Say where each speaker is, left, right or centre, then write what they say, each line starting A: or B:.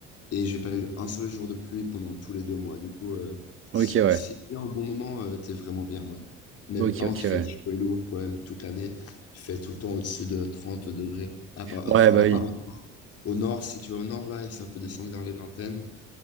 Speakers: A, on the left; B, on the right.
A: et j'ai pas eu un seul jour de pluie pendant tous les deux mois. Du coup, euh,
B: ok,
A: si,
B: ouais.
A: si t'es en bon moment, euh, t'es vraiment bien, ouais. Mais
B: Ok,
A: par
B: ok,
A: contre, il
B: ouais.
A: fait chaud et lourd quand même toute l'année. Il fait tout le temps au-dessus de 30 degrés. À part,
B: Ouais,
A: enfin,
B: bah
A: à
B: oui.
A: part au, au nord, si tu vas au nord, là, et ça peut descendre vers les vingtaines.